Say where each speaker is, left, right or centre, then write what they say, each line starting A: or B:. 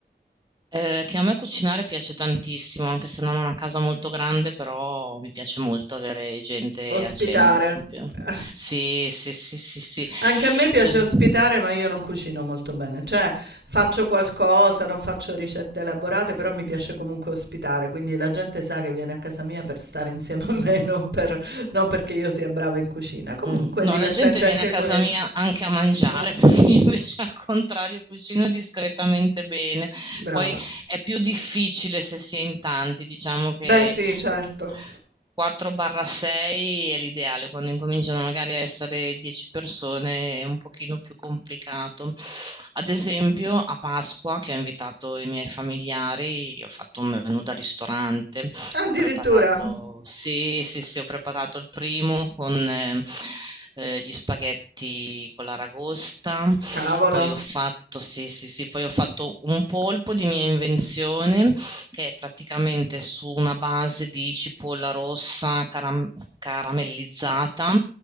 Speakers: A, on the right (about 25°); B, on the right (about 70°).
A: eh, che a me cucinare piace tantissimo, anche se non ho una casa molto grande, però mi piace molto avere gente
B: ospitare.
A: a cena, ad esempio.
B: <laughs>
A: Sì, sì, sì, sì, sì.
B: Anche a me piace
A: Es-
B: ospitare, ma io non cucino molto bene, cioè faccio qualcosa, non faccio ricette elaborate, però mi piace comunque ospitare, quindi la gente sa che viene a casa mia per stare insieme a me, <laughs> non per- non perché io sia brava in cucina. Comunque
A: Mm. No,
B: è divertente
A: la gente viene
B: anche
A: a casa
B: quello.
A: mia
B: <laughs>
A: anche a mangiare, <laughs> perché io invece al contrario cucino discretamente bene.
B: Brava.
A: Poi è più difficile se si è in tanti, diciamo che
B: Beh, sì, certo.
A: 4-6 è l'ideale, quando incominciano magari a essere 10 persone è un pochino più complicato. Ad esempio, a Pasqua, che ho invitato i miei familiari, io ho fatto un menù da ristorante,
B: Addirittura,
A: ho preparato, sì, sì, sì, ho preparato il primo con eh, eh, gli spaghetti con l'aragosta,
B: cavolo.
A: poi ho fatto, sì, sì, sì, poi ho fatto un polpo di mia invenzione che è praticamente su una base di cipolla rossa caram- caramellizzata